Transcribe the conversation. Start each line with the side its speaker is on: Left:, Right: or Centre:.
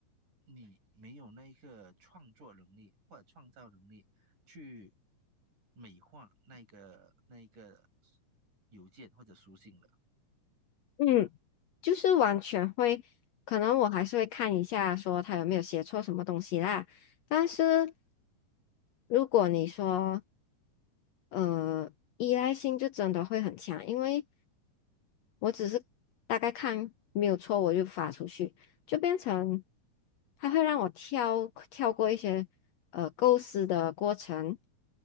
Right: 你没有那个创作能力或者创造能力去美化那个那个邮件或者书信了。
Left: 嗯，就是完全会，可能我还是会看一下说他有没有写错什么东西啦，但是如果你说呃依赖性就真的会很强，因为我只是大概看没有错，我就发出去，就变成它会让我跳跳过一些呃构思的过程，